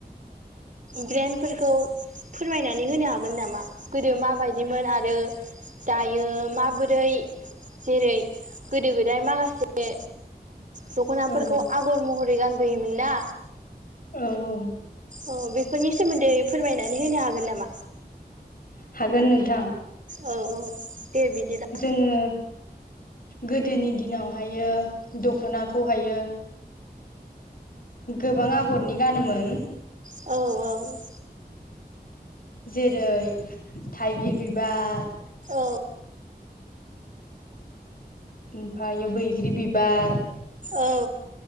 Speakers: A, on the right; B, on the left.
A: ब्रेेनफोरखौ फोरमायनानै होनो हागोन नामा गोदो माबायदिमोन आरो दायो माबोरै जेरै गोदो गोदाय माखासे दख'नाफोरखौ
B: औ
A: आगर महरै गानबोयोमोन ना।
B: औ औ
A: औ बेफोरनि सोमोन्दै फोरमायनानै होनो हागोन नामा?
B: हागोन नोंथां।
A: औ औ दे बिदिब्ला
B: जोङो गोदोनि दिनावहायो दख'नाखौहायो गोबां आगरनि गानोमोन।
A: औ औ
B: जेरै थाइगिर बिबार <inaudible>
A: औ
B: ओमफ्रायो बैग्रि बिबार
A: औ